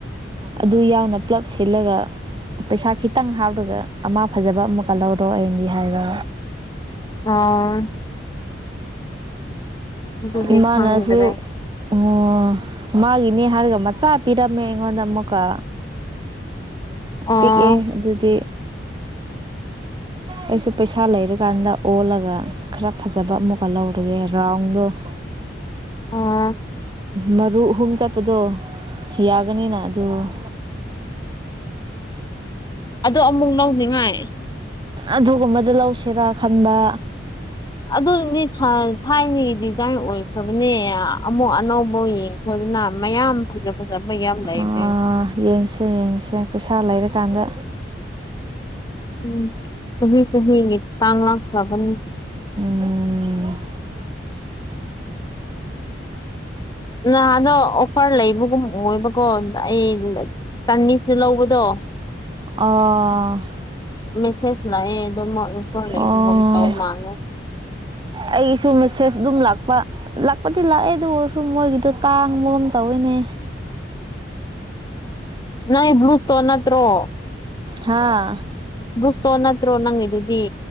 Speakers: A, on the right; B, on the left.
A: ꯑꯗꯨ ꯌꯥꯎꯅ ꯄꯨꯂꯞ ꯁꯤꯠꯂꯒ ꯄꯩꯁꯥ ꯈꯤꯇꯪ ꯍꯥꯞꯔꯒ ꯑꯃ ꯐꯖꯕ ꯑꯃꯨꯛꯀ ꯂꯧꯍꯧꯔꯣ ꯑꯩꯗꯤ ꯍꯥꯏꯕ
B: ꯑꯥ ꯑꯗꯨꯗꯤ
A: ꯏꯃꯥꯅꯁꯨ
B: ꯈꯪꯗ꯭ꯔꯦ
A: ꯎ ꯃꯥꯒꯤ ꯅꯤꯍꯔꯒ ꯃꯆꯥ ꯄꯤꯔꯝꯃꯦ ꯑꯩꯉꯣꯟꯗ ꯃꯨꯛꯀ
B: ꯑꯣ
A: ꯄꯤꯛꯑꯦ ꯑꯗꯨꯗꯤ
B: <unintelligible>
A: ꯑꯩꯁꯨ ꯄꯩꯁꯥ ꯂꯩꯔꯀꯥꯟꯗ ꯑꯣꯜꯂꯒ ꯈꯔ ꯐꯖꯕ ꯑꯃꯨꯛꯀ ꯂꯧꯔꯒꯦ ꯔꯥꯎꯟꯗꯣ ꯎ
B: ꯑꯥ
A: ꯃꯔꯨ ꯑꯍꯨꯝ ꯆꯠꯄꯗꯣ ꯌꯥꯒꯅꯤꯅ ꯑꯗꯨ ꯇ
B: ꯑꯗꯣ ꯑꯃꯨꯛ ꯂꯧꯅꯤꯡꯉꯥꯏ
A: ꯑꯗꯨꯒꯨꯝꯕꯗ ꯂꯧꯁꯤꯔꯥ ꯈꯟꯕ
B: ꯑꯗꯨ ꯆ ꯊꯥꯏꯅꯒꯤ ꯗꯤꯖꯥꯏꯟ ꯑꯣꯏꯈ꯭ꯔꯕꯅꯦ ꯑꯃꯨꯛ ꯑꯅꯧꯕ ꯌꯦꯡꯈ꯭ꯔꯗꯨꯅ ꯃꯌꯥꯝ ꯐꯖ ꯐꯖꯕ ꯌꯥꯝ ꯂꯩꯕꯅꯦ
A: ꯑꯥ ꯌꯦꯡꯁꯦ ꯌꯦꯡꯁꯦ ꯄꯩꯁꯥ ꯂꯩꯔ ꯀꯥꯟꯗ
B: ꯎꯝ ꯆꯍꯤ ꯆꯍꯤꯒꯤ ꯇꯥꯡ ꯂꯥꯛꯆꯥꯕꯅꯤ
A: ꯎꯝ
B: ꯅꯍꯥꯟꯗꯣ ꯑꯣꯐꯔ ꯂꯩꯕꯒꯨꯝ ꯑꯣꯏꯕꯀꯣ ꯑ ꯑꯩ ꯆꯟꯅꯤꯁꯤ ꯂꯧꯕꯗꯣ
A: ꯑ
B: ꯃꯦꯁꯦꯖ ꯂꯥꯛꯑꯦ ꯑꯗꯨꯣ ꯃꯣꯏ ꯏꯝꯐꯣꯔꯣꯟ ꯂꯩꯕꯒ
A: ꯑꯣ
B: ꯇꯧ ꯃꯥꯜꯂꯦ
A: ꯑꯩꯒꯤꯁꯨ ꯃꯦꯁꯦꯁ ꯑꯗꯨꯝ ꯂꯥꯛꯄ ꯂꯥꯛꯄꯗꯤ ꯂꯥꯛꯑꯦ ꯑꯗꯨ ꯑꯣꯏꯔꯁꯨ ꯃꯣꯏꯒꯤꯗꯣ ꯇꯥꯡꯕꯒꯨꯝ ꯇꯧꯋꯤꯅꯦ
B: <unintelligible> ꯅꯪ ꯕꯂꯨꯁꯇꯣꯟ ꯅꯠꯇ꯭ꯔꯣ
A: ꯍꯥꯥ
B: ꯕ꯭ꯂꯨ ꯏꯁꯇꯣꯟ ꯅꯠꯇ꯭ꯔꯣ ꯅꯪꯒꯤꯗꯨꯗꯤ